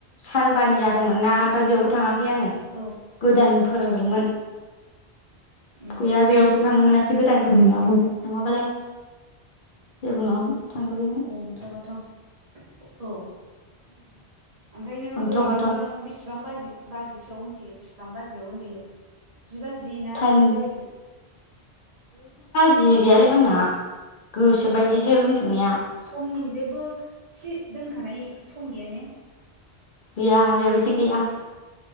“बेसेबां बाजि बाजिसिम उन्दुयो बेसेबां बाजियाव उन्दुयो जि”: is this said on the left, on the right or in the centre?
Right